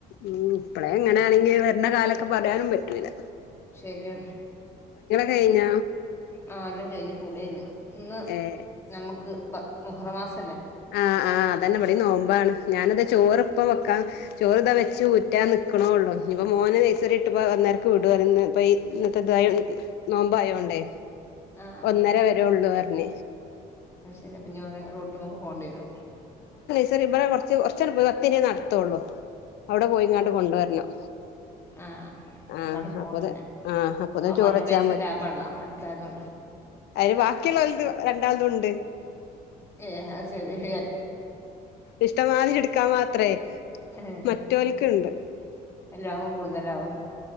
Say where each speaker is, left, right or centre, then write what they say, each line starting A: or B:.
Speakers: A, on the left; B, on the left.
A: ഉ ഇപ്പഴേ എങ്ങനെയാണെങ്കിൽ വരണ്ട കാലൊക്കെ പറയാനും പറ്റൂില്ല
B: ശരിയാണ്
A: കഴിഞ്ഞ
B: ആ എല്ലാം കഴിഞ്ഞ കൂള കഴിഞ്ഞു ഇന്ന്
A: ഏഹ്
B: നമ്മുക്ക് മഹറമാസ
A: ആഹ് ആഹ് അതന്നെ അടി നോമ്പാണ് ഞാന ഇത് ചോറ്പ്പ വെക്കാം ചോറ് ഇതാ വെ ചൂറ്റാ നിക്കക്കണള്ളൂ ഇപ്പപ്പോ മോന കൈസറി ഇട്ട് വന്നേരം വിടു പറന്ന് പ ഇന്നത്തെ ഇതായ നോമ്പയോണ്ടേ
B: ആഹ്
A: ഒന്നര വരെ ഉള്ളു പറഞ്ഞ
B: അത് ശരിപ്പ ഞാൻ റൂട്ട്ക്ക് പോണ്ടി വരോ
A: ഇ കൊറച്ച് കൊറച്ച ഒത്തിരിേ നടത്തുള്ളൂ അവിടെ പോയി ഇങ്ങാട്ട് കൊണ്ടുവരണം
B: ആഹ
A: ആഹ്
B: അതാണ് പോണല്ലേ
A: അപ്പൊത് ആഹ് അപ്പൊത്തിന്
B: ആ
A: ചോറെച്ചാ
B: വണ്ടി പൈസ ലാഭള്ള അടുത്തായതൊണ്ട്
A: അന് ബാക്കിയുള്ള വലത് രണ്ടാമതും ഉണ്ട്
B: ഏ അ ശരിക്ക
A: ഇഷ്ടമാതി എടുക്കാ മാത്രേ
B: ഏഹ്
A: മറ്റവൽക്കുണ്ട്
B: എല്ലാകുമ്പോ കൂടുതലാവും